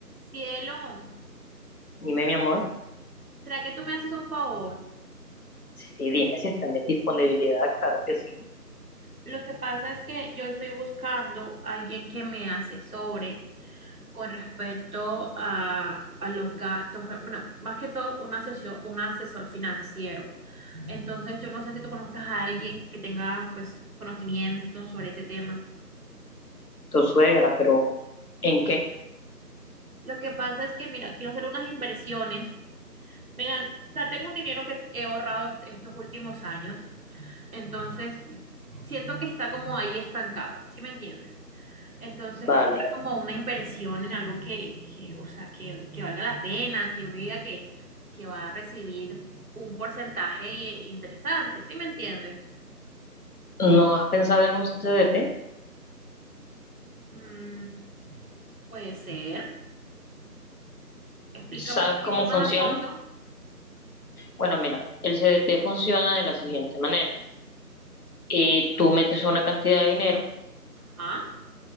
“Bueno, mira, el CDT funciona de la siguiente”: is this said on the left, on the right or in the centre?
Left